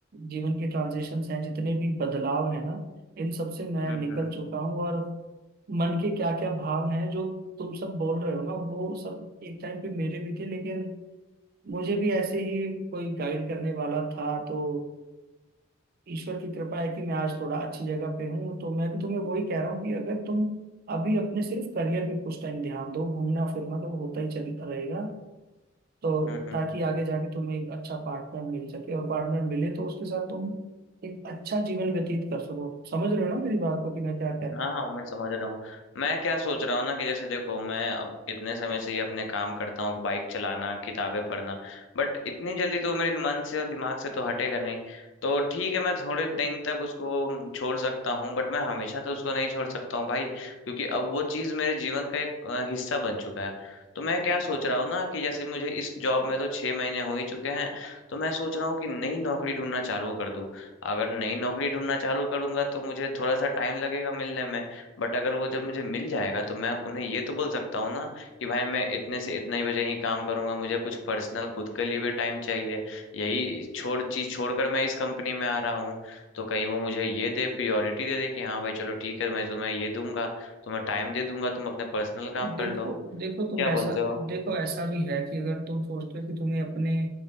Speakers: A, on the right; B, on the left.
A: जीवन के ट्रांजिशंस हैं जितने भी बदलाव हैं ना इन सब से मैं
B: हम्म
A: निकल
B: हम्म
A: चुका हूँ और मन के क्या क्या भाव हैं जो तुम सब बोल रहे हो ना वो सब एक टाइम पे मेरे भी थे लेकिन मुझे भी ऐसे ही कोई गाइड करने वाला था तो ईश्वर की कृपा है कि मैं आज थोड़ा अच्छी जगह पे हूँ तो मैं भी तुम्हें वही कह रहा हूँ कि अगर तुम अभी अपने सिर्फ करियर पे कुछ टाइम ध्यान दो घूमना फिरना तो होता ही चल रहेगा तो
B: हम्म हम्म।
A: ताकि आगे जाके तुम्हें एक अच्छा पार्टनर मिल सके और पार्टनर मिले तो उसके साथ तुम एक अच्छा जीवन व्यतीत कर सको समझ रहे हो ना मेरी बात को कि मैं क्या
B: हाँ
A: कह रहा हूँ
B: हाँ वो मैं समझ रहा हूँ मैं क्या सोच रहा हूँ ना कि जैसे देखो मैं अब इतने समय से ये अपने काम करता हूँ बाइक चलाना किताबें पढ़ना बट इतनी जल्दी तो मेरे मन से और दिमाग से तो हटेगा नहीं तो ठीक है मैं थोड़े दिन तक उसको छोड़ सकता हूँ बट मैं हमेशा तो उसको नहीं छोड़ सकता हूँ भाई क्योंकि अब वो चीज़ मेरे जीवन का एक अ, हिस्सा बन चुका है तो मैं क्या सोच रहा हूँ ना कि जैसे मुझे इस जॉब में तो छह महीने हो ही चुके हैं तो मैं सोच रहा हूँ कि नई नौकरी ढूंढना चालू कर दूँ अगर नई नौकरी ढूंढना चालू करूंगा तो मुझे थोड़ा सा टाइम लगेगा मिलने में बट अगर वो जब मुझे मिल जाएगा तो मैं उन्हें ये तो बोल सकता हूँ ना कि भाई मैं इतने से इतने ही बजे ही काम करूंगा मुझे कुछ पर्सनल खुद के लिए भी टाइम चाहिए यही छोड़ चीज छोड़कर मैं इस कंपनी में आ रहा हूँ तो कहीं वो मुझे ये दे प्रियोरिटी दे दे कि हाँ भाई चलो ठीक है मैं तुम्हें ये दूंगा तुम्हें टाइम दे दूंगा तुम अपने पर्सनल काम
A: देखो
B: कर लो
A: देखो तुम
B: क्या
A: ऐसा
B: बोलते हो
A: देखो ऐसा भी है कि अगर तुम सोचते हो कि तुम्हें अपने